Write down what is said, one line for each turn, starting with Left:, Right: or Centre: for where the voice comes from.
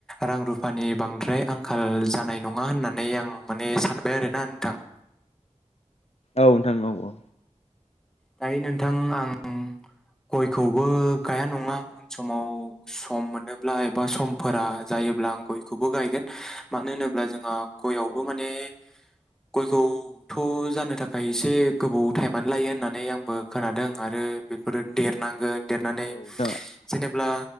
Centre: रां रु रुपानि बांद्राय आंखाल जानाय नङा होननानै आं माने सानबाय आरोना नोंथां। <inaudible>
Left: औ नोंथां औ
Centre: दायो नोंथां आं गयखौबो गाया नङा उन समाव सम मोनोब्ला एबा समफोरा जायोब्ला आं गयखौबो गायगोन मानो होनोब्ला जोंहा गयावबो
Left: औ नोंथां
Centre: माने गयखौथ' जानो थाखाय एसे गोबाव टाइमानो लायो होननानै आंबो खोनादों आरो बेफोरो देरनांगोन देरनानै
Left: औ नोंथां
Centre: जेनेब्ला